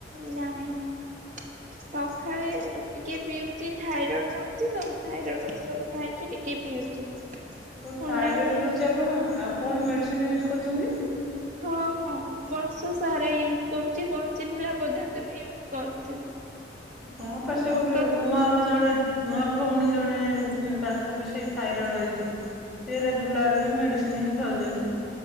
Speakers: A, on the right; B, in the centre.
A: ନାଇଁ। ସଖାଳେ ଟିକେ ପିଉଛି ଥାଇରଏଡ ରହୁଛି ତ। ଥାଇରଏଡ ରହୁ ଔଷଧ ଖାଇକି ଟିକେ ପିଉଛି।
B: ଓଃ
A: ଥଣ୍ଡାଳିଆରେ
B: ଥାଇରଏଡ ରହୁଛି ଆପଣଙ୍କ? ଆଉ କଣ ମେଡିସିନ ୟୁଜ୍ କରୁଛନ୍ତି?
A: ହଁ ହଁ ବର୍ଷ ସାରା ୟୁଜ କରୁଛି। ବଞ୍ଚିଥିଲା ପର୍ଯ୍ୟନ୍ତ ବି ୟୁ କରୁଥିବି।
B: ହଁ ପା ସେ
A: ଡକ୍ଟର
B: ଗୋଟେ ରୋଗ।
A: କ
B: ମୋର ଜଣେ ମୋର ଭଉଣୀ ଜଣେ ଉଁ ତାଙ୍କୁ ବି ସେଇ ଥାଇରଏଡ଼ ହେଇଛି। ସେ ରେଗୁଲାର ବି ମେଡ଼ିସିନ ହିଁ ଖାଉଛନ୍ତି।